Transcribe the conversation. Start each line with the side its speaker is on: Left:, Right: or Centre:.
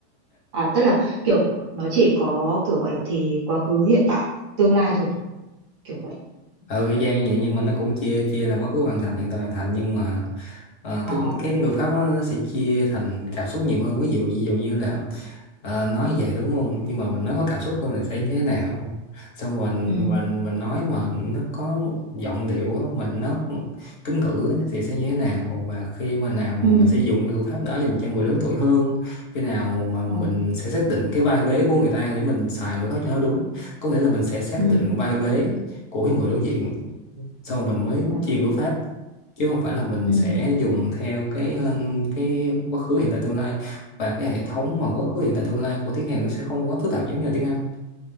Right: à tức là kiểu nó chỉ có kiểu gọi là thì quá khứ hiện tại tương lai thôi à? kiểu vậy
Left: ừ y chang như vậy nhưng mà nó cũng chia chia là quá khứ hoàn thành hiện tại hoàn thành nhưng mà ờ,
Right: ồ
Left: cái cái người Pháp đó, nó sẽ chia thành cảm xúc nhiều hơn ví dụ ví dụ như là ờ, nói vậy đúng không nhưng mà mình nói có cảm xúc hơn là sẽ như thế nào xong rồi mình
Right: ừ
Left: mình nói mà nó có giọng điệu á, mình nó kính cử á, thì sẽ như thế nào và khi mà nào mà
Right: ừ
Left: mình sẽ dùng cái ngữ pháp đó dành cho người lớn tuổi hơn khi nào mà
Right: ồ
Left: mình sẽ xác định cái vai vế của người ta để mình xài ngữ pháp cho nó đúng có nghĩa là mình sẽ xác
Right: ừ
Left: định vai vế của cái người đối diện xong mình mới
Right: ồ
Left: chia ngữ pháp chứ không phải là mình
Right: ừ
Left: sẽ dùng theo cái um, cái quá khứ hiện tại tương lai và cái hệ thống mà quá khứ hiện tại tương lai của tiếng Hàn nó sẽ không quá phức tạp giống như là tiếng Anh